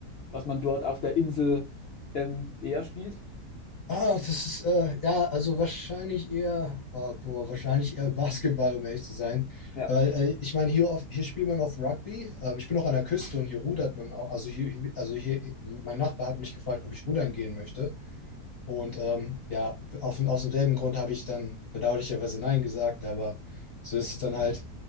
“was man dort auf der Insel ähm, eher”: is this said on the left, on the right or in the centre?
Left